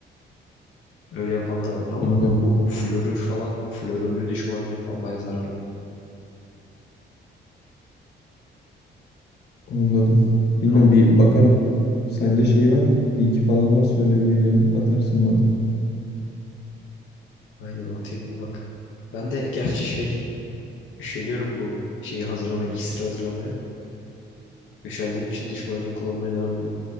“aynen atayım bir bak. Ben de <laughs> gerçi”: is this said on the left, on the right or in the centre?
Left